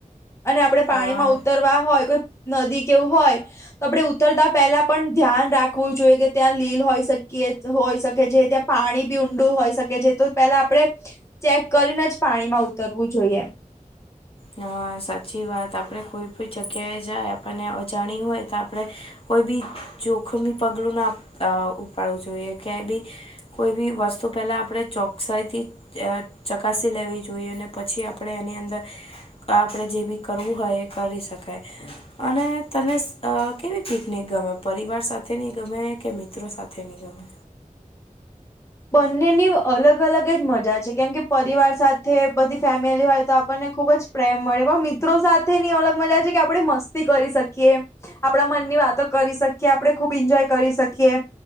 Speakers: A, on the left; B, on the left.
A: અને આપણે
B: હા
A: પાણીમાં ઉતરવા હોય, કોઈ નદી કેવું હોય. તો આપણે ઉતરતા પહેલા પણ ધ્યાન રાખવું જોઈએ કે, ત્યાં લીલ હોઈ શકીએ હોય શકે છે ત્યાં. પાણી બી ઊંડું હોઈ શકે છે, તો પેલા આપડે ચેક કરીને જ પાણી માં ઉતરવું જોઈએ.
B: હા, સાચી વાત. આપણે કોઈ પણ જગ્યાએ જાય, આપણને અજાણી હોય તો આપણે કોઈ બી જોખમી પગલું ના ઉપાડવું જોઈએ, ક્યાંય બી. કોઈ બી વસ્તુ પેલા, આપણે ચોકસાઈથી ચકાસી લેવી જોઈએ, અને પછી આપણે એની અંદર. આપડે જે બી કરવુ હોય, એ કરી સકાય. અને તને સ કેવી પિકનિક ગમે, પરિવાર સાથેની ગમે કે મિત્રો સા થેની ગમે.
A: બંનેની અલગ અલગ જ મજા છે. કેમ કે પરિવાર સાથે બધી ફેમિલી હોય, તો આપણને ખૂબ જ પ્રેમ મળે પહ મિત્રો સાથેની અલગ મજા છે, કે આપડે મસ્તી કરી સકીએ. આપડણા મનની વાતો કરી સકીએ, આપડણે ખુબ ઈન્જોય કરી સકીએ.